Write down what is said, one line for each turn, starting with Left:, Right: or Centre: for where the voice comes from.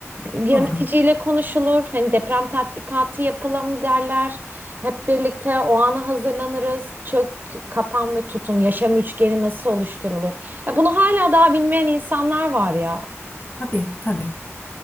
Right: Yöneticiyle
Left: Doğru.
Right: konuşulur. Hani deprem tatbikatı yapalım derler. Hep birlikte o ana hazırlanırız. Çök, kapan ve tutun. Yaşam üçgeni nasıl oluşturulur? Ya bunu hala daha bilmeyen insanlar var ya.
Left: Tabii, tabii.